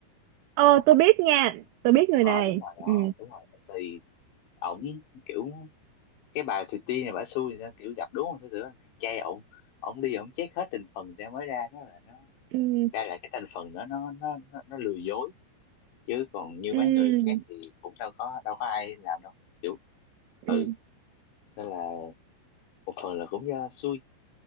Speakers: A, on the right (about 80°); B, on the left (about 70°).
A: ờ tôi biết nha tôi biết người
B: ờ
A: này
B: đúng rồi đó
A: ừ,
B: đúng rồi thì ổng kiểu cái bà Thùy Tiên này bả xui thì sao kiểu gặp đúng không sư tử ăn chay ổng ổng đi ổng check hết thành phần ra mới ra nó là nó
A: ừ,
B: ra là cái thành phần đó nó nó nó, nó lừa dối chứ còn như
A: ừ,
B: mấy người khác thì cũng đâu có đâu có ai làm đâu kiểu
A: ừ.
B: ừ nên là một phần là cũng do xui